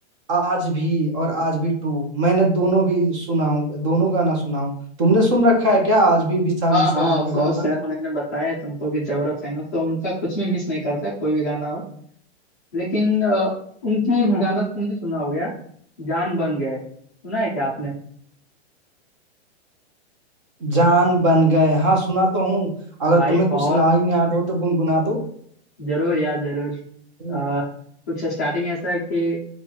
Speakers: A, on the right; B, on the left.
A: आज भी और आज भी टू मैंने दोनों भी सुना हूँ दोनों गाना सुना हूँ तुमने सुन रखा है क्या आज भी विशाल
B: हाँ
A: मिश्रा
B: हाँ
A: जी
B: ऑफ
A: का गाना
B: कोर्स यार मैंने बताया है तुमको कि जबरा फैन हो तो उनका कुछ भी मिस नहीं करता कोई भी गाना हो लेकिन अ, उनकी एक गाना तुमने सुना हो गया जान बन गए सुना है क्या आपने
A: जान बन गए हाँ सुना तो हूँ अगर
B: भाई
A: तुम्हें कुछ
B: बहुत
A: लाइन याद हो तो गुनगुना दो
B: जरूर यार जरूर
A: हम्म,
B: अ, कुछ स्टार्टिंग ऐसा है कि